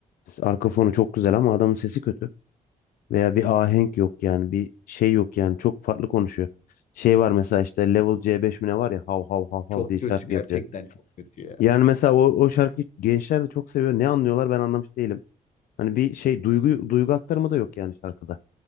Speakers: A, on the left; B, on the left.
A: arka fonu çok güzel ama adamın sesi kötü. Veya bir ahenk yok yani bir şey yok yani çok farklı konuşuyor. Şey var mesela işte Level c beş mi ne var ya hav hav hav hav
B: Çok
A: diye
B: kötü
A: şarkı
B: gerçekten
A: yapıyor.
B: çok kötü ya.
A: Yani mesela o, o şarkıyı gençler de çok seviyor. Ne anlıyorlar ben anlamış değilim. Hani bir şey duygu duygu aktarımı da yok yani şarkıda.